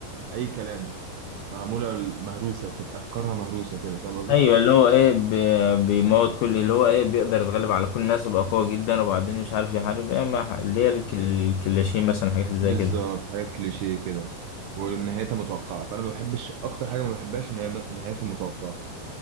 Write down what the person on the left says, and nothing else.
ايوه اللي هو ايه ب- بيموت كل اللي هو ايه بيقدر يتغلب على كل الناس ويبقى قوي جدا وبعدين مش عارف يحارب ايه ما- اللي هي الك- الكلاشين مثلا حاجات اللي زي
كده